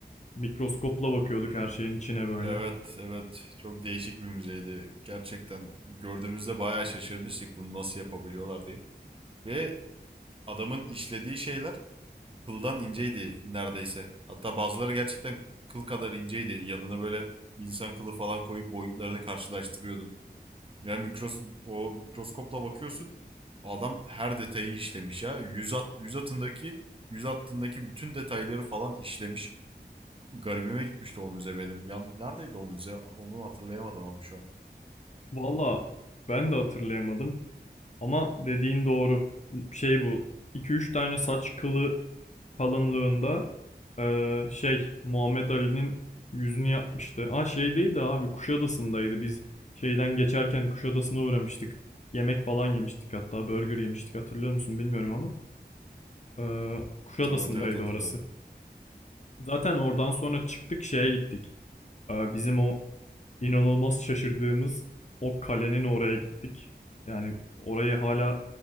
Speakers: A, on the left; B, on the right.
A: Mikroskopla bakıyorduk
B: Hmm.
A: her şeyin içine böyle.
B: Evet, evet. Çok değişik bir müzeydi. Gerçekten gördüğümüzde bayağı şaşırmıştık bunu nasıl yapabiliyorlar diye. Ve adamın işlediği şeyler kıldan inceydi neredeyse. Hatta bazıları gerçekten kıl kadar inceydi. Yanına böyle insan kılı falan koyup boyutlarını karşılaştırıyordun. Ya mikros o mikroskopla bakıyorsun. Adam her detayı işlemiş ya. Yüz at yüz atındaki yüz hattındaki bütün detayları falan işlemiş. Garibime gitmişti o müze benim. Ya neredeydi o müze? Onu hatırlayamadım ama şu an.
A: Valla ben de hatırlayamadım ama dediğin doğru. Şey bu 2 üç tane saç kılı kalınlığında eee, şey Muhammed Ali'nin yüzünü yapmıştı. Aa şey değil de abi Kuşadası'ndaydı biz şeyden geçerken Kuşadası'na uğramıştık. Yemek falan yemiştik hatta burger yemiştik hatırlıyor musun bilmiyorum ama. Eee Kuşadası'ndaydı
B: Evet evet hatırladım.
A: orası. Zaten oradan sonra çıktık şeye gittik. Ee, Bizim o inanılmaz şaşırdığımız o kalenin oraya gittik. Yani orayı hala